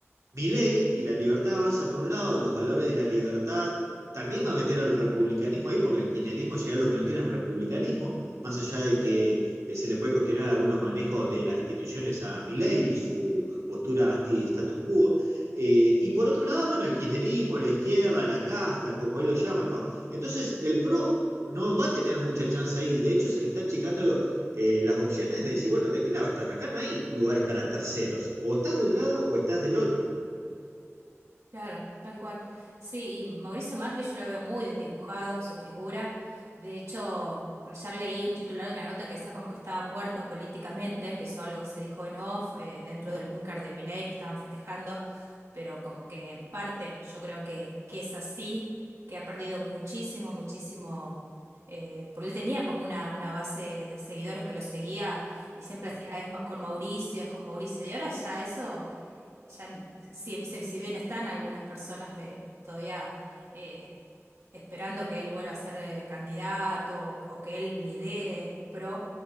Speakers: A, on the right; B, on the right.
A: Milei y la libertad avanza por un lado, los valores de la libertad, también va a meter al republicanismo ahí, porque el kirchnerismo llega a lo que no tiene es republicanismo, más allá de que eh, se le puede cuestionar algunos manejos de las instituciones a Milei y su postura anti-status quo. Eh, y por otro lado, bueno, el kirchnerismo, la izquierda, la casta, como él lo llama, ¿no? Entonces, el PRO no va a tener mucha chance ahí, de hecho se le está achicando eh, las opciones de decir, bueno, ¿de qué lado estás? Acá no hay lugares para terceros, o estás de un lado o estás del otro.
B: Claro, tal cual. Sí, y Mauricio Macri yo lo veo muy desdibujado, su figura. De hecho, ayer leí un titular de una nota que decía como que estaba muerto políticamente, que eso algo que se dijo en off, eh, dentro del búnker de Milei, que estaban festejando, pero como que en parte yo creo que, que es así, que ha perdido muchísimo, muchísimo, eh, porque él tenía como una, una base de seguidores que lo seguía y siempre decía, es ma- con Mauricio, es con Mauricio, y ahora ya eso ya, n- si, si- si bien están algunas personas de, todavía eh, esperando que él vuelva a ser eh, candidato o, o que él lidere el PRO,